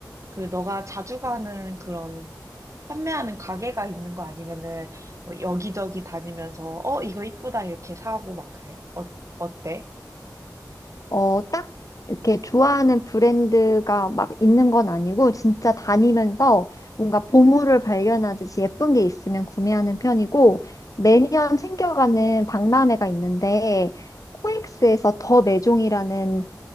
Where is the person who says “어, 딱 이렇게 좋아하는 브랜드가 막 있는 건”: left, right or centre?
Left